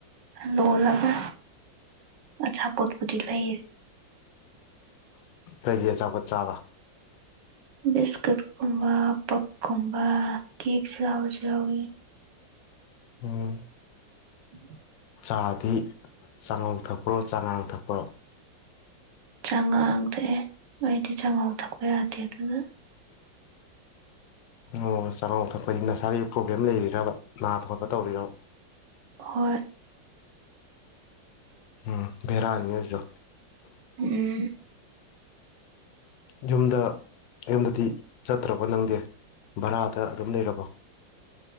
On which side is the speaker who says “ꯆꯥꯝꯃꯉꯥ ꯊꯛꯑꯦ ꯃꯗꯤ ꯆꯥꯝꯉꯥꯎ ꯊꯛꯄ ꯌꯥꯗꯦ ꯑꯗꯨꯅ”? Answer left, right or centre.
Right